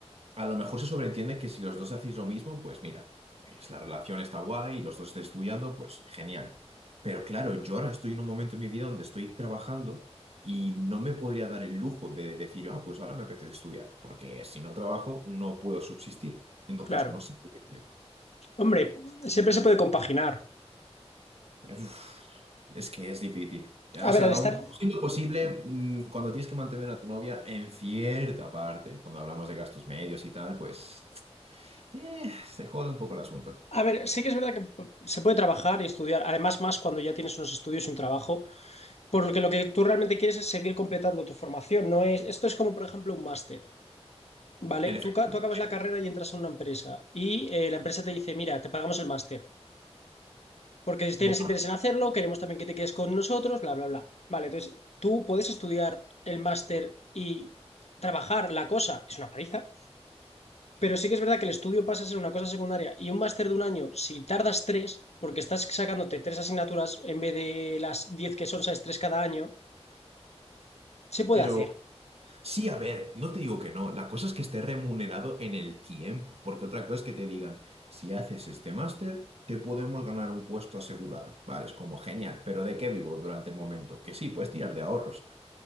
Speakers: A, on the right; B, on the left.
A: a lo mejor se sobreentiende que si los dos hacéis lo mismo, pues mira, pues la relación está guay, los dos estáis estudiando, pues genial. Pero claro, yo ahora estoy en un momento en mi vida donde estoy trabajando y no me podría dar el lujo de decir, ah, pues ahora me apetece estudiar, porque si no trabajo no puedo subsistir. Entonces
B: claro.
A: no sé qué hacer.
B: Hombre, siempre se puede compaginar.
A: Uf, es que es difícil.
B: A
A: O
B: ver,
A: sea,
B: al estar...
A: aun siendo posible, mm, cuando tienes que mantener a tu novia en cierta parte, cuando hablamos de gastos medios y tal, pues eh, se jode un poco el asunto.
B: A ver, sí que es verdad que se puede trabajar y estudiar, además más cuando ya tienes unos estudios y un trabajo, porque lo que tú realmente quieres es seguir completando tu formación, no es... Esto es como, por ejemplo, un máster. Vale,
A: En efecto,
B: tú, ca- tú acabas
A: sí.
B: la carrera y entras a una empresa y eh, la empresa te dice, mira, te pagamos el máster, porque si
A: Bueno,
B: tienes interés en hacerlo, queremos también que te quedes con nosotros, bla, bla, bla. Vale, entonces tú puedes estudiar el máster y trabajar la cosa, es una paliza, pero sí que es verdad que el estudio pasa a ser una cosa secundaria y un máster de un año, si tardas tres, porque estás sacándote tres asignaturas en vez de las diez que son, sabes, tres cada año, se puede
A: Pero
B: hacer.
A: sí, a ver, no te digo que no. La cosa es que esté remunerado en el tiempo, porque otra cosa es que te digan, si haces este máster, te podemos ganar un puesto asegurado. Vale, es como genial, pero ¿de qué vivo durante el momento? Que sí, puedes tirar de ahorros,